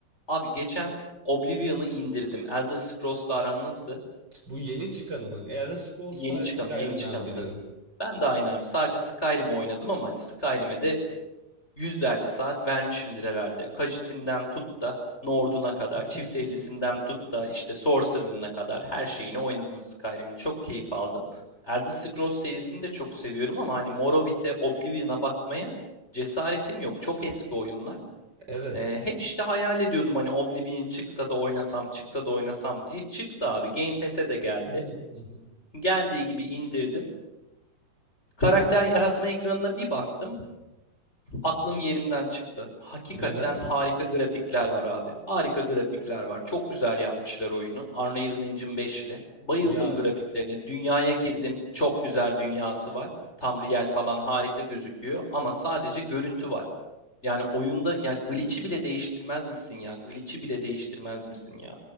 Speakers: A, on the left; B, on the right.
A: Abi geçen Oblivion'ı indirdim. Elder Scrolls'la aran nasıl?
B: Bu yeni çıkanı mı? Elder Scrolls
A: Yeni
B: sadece
A: çıkanı,
B: Skyrim'den
A: yeni çıkanı
B: biliyorum.
A: tabii. Ben de aynı abi. Sadece Skyrim'i oynadım ama hani Skyrim'e de yüzlerce saat vermişimdir herhalde. Khajiit'inden tut da Nord'una kadar,
B: <laughs>
A: Çift 50'sinden tut da işte Sorcerer'ına kadar her şeyini oynadım Skyrim'in. Çok keyif aldım. Elder Scrolls serisini de çok seviyorum ama hani Morrowind'e, Oblivion'a bakmaya cesaretim yok. Çok eski oyunlar.
B: Evet.
A: Eee, hep işte hayal ediyordum hani Oblivion çıksa da oynasam, çıksa da oynasam diye. Çıktı abi. Game Pass'e de geldi.
B: <laughs>
A: Geldiği gibi indirdim. Karakter yaratma ekranına bir baktım. Aklım yerimden çıktı. Hakikaten
B: Neden?
A: harika grafikler var abi. Harika grafikler var. Çok güzel yapmışlar oyunu. Unreal Engine 5 ile. Bayıldım
B: Ya
A: grafiklerine. Dünyaya girdim. Çok güzel dünyası var. Tam real falan harika gözüküyor ama sadece görüntü var. Yani oyunda ya glitch'i bile değiştirmez misin ya? Glitch'i bile değiştirmez misin ya?